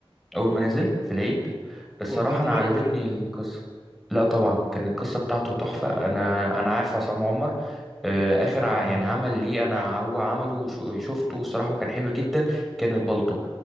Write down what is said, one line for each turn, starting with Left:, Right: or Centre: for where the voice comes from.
Centre: اول ما نزل في العيد
Right: والله
Centre: الصراحه
Right: طب
Centre: انا
Right: ايه
Centre: عجبتني
Right: رايك فيه
Centre: القصه لا طبعا كانت القصه بتاعته تحفه انا انا عارف عصام عمر آه، اخر ع-
Right: اه
Centre: يعني عمل ليه انا هو عمله وشو- شفته الصراحه وكان حلو جدا كان البلطو